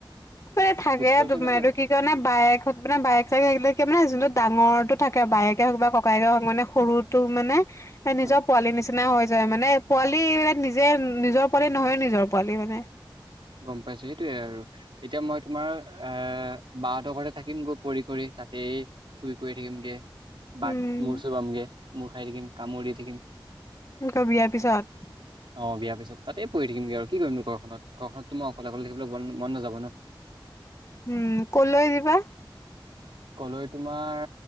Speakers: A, on the left (about 35°); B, on the right (about 70°).
A: ই থাকে
B: গুচি যোৱাৰ
A: তোমাৰ
B: পিছত বেয়া লাগিব
A: এইটো কি কাৰণে বাইকত মানে বাইক চাইে থাকিলে মানে যোনত ডাঙৰটো থাকে বায়েকে হওক বা ককেকে হওক মানে সৰুটো মানে এ নিজৰ
B: উম
A: পোৱালি নিচিনা হৈ যে মানে পোৱালি মানে নিজে নিজৰ পোৱালি নহয় নিজৰ পোৱালি মানে।
B: গম পাইছো। সেইটোয়ে আৰু এতিয়া মই তোমাৰ আহ বাহঁতৰ ঘতে থাকিম গৈ পৰি কৰি তাতেই শুই কৰি থাকিমগে। বাক
A: উম
B: মুৰ্চুবাম গে মূৰ খাই থাকিম কামু দি থাকিম
A: এনেক বিয়াৰ পিছত
B: অঁ বিয়াৰ পিছত তাতে প়ৰি থাকিমগৈ আৰু কি কৰিনো ঘৰখনত ঘৰখনততো লগ ল থাকিবলৈ মন মন নাযাব ন
A: উম কোলৈ দিবা
B: কলৈ তোমাৰ